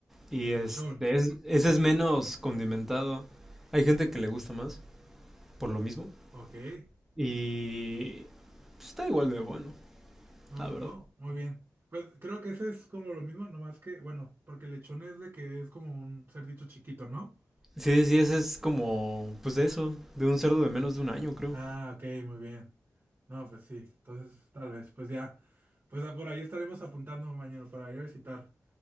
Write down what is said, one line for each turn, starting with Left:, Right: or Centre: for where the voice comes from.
Centre: Y
Right: <laughs>
Centre: este,
Right: Lechón,
Centre: es- ese es menos condimentado. Hay gente que le gusta más, por lo mismo.
Right: ok.
Centre: Y pues, está igual de bueno,
Right: No,
Centre: la
Right: no,
Centre: verdad.
Right: no, muy bien. Pues creo que ese es como lo mismo, nomás que, bueno, porque lechón es de que es como un cerdito chiquito, ¿no?
Centre: Sí, sí, ese es como, pues de eso, de un cerdo de menos de un año, creo.
Right: Ah, ok, muy bien. No, pues sí, entonces tal vez, pues ya, pues ah, por ahí estaremos apuntando mañana para ir a visitar.